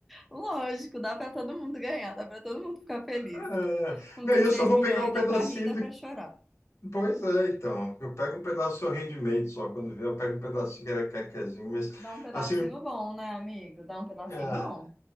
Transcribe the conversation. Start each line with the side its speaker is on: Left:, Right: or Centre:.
Centre: Lógico, dá pra todo mundo ganhar, dá pra todo mundo ficar feliz.
Left: Ah,
Centre: Com
Left: não,
Centre: 16
Left: e eu só vou
Centre: milhões
Left: pegar um pedacinho
Centre: dá pra rir, dá
Left: do.
Centre: pra chorar.
Left: Pois é, então. Eu pego um pedaço do seu rendimento só. Quando vier, eu pego um pedacinho que era quequezinho, mas
Centre: Dá um pedacinho
Left: assim.
Centre: bom, né, amigo? Dá um pedacinho
Left: ah,
Centre: bom